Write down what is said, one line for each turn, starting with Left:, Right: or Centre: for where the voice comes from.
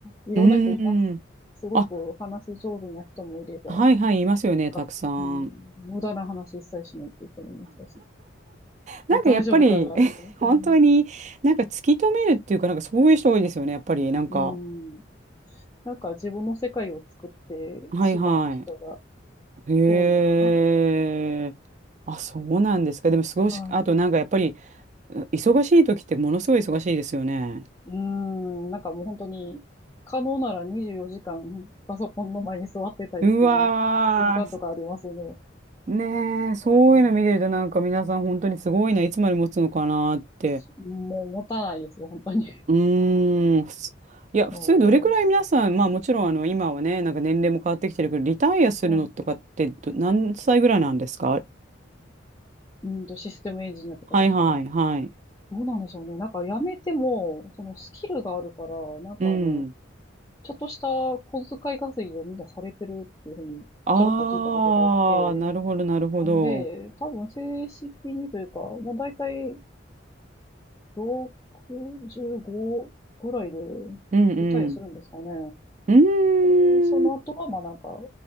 Left: いろんな人います。
Right: うーん。
Left: すごくお話上手な人もいれば、
Right: あ、はいはい、
Left: なん
Right: いますよね、
Left: か、
Right: たくさん。
Left: うん、無駄な話一切しないっていう人もいましたし、
Right: なんかやっぱり
Left: もう大丈夫かなって。
Right: <laughs> 本当になんか突き止めるっていうか、
Left: うん。
Right: なんかそういう人多いですよね、やっぱりなんか。
Left: うん。なんか自分の世界を作ってしまう人が
Right: はいはい。へえ。
Left: 多いのかな。
Right: あ、そうなんですか。でも、すごいし、
Left: は
Right: あとなんかやっぱり、忙しい時ってものすごい忙しいですよね。
Left: い。うん。なんかもう本当に、可能なら24時間パソコンの前に座ってたいっていう瞬間とかありますね。
Right: うわー、ねえ、そういうの見てるとなんか皆さん本当にすごいな、
Left: うん
Right: いつまで持つのかなって。
Left: すもう持たないですよ、本当に。<laughs>
Right: うーん、ふついや、普通どれくらい皆さん、
Left: も
Right: まあもちろんあの今はね、なんか年齢も変わってきてるけど、リタイアするのとかってど何歳ぐらいなんですか
Left: う、あ、うんと、システムエンジニアとかですかど
Right: はいはいはい。
Left: うなんでしょうね。なんか辞めても、そのスキルがあるから、なんかあの、
Right: うん。
Left: ちょっとした小遣い稼ぎをみんなされてるっていうふうに、
Right: ああ、
Left: ちょろっと聞いたことがあって、
Right: なるほどなるほど。
Left: なんで、多分正式にというか、もう大体65ぐらいで
Right: うんうん。
Left: リタイアするんですかね。
Right: うーん。
Left: で、その後は、まあなんか、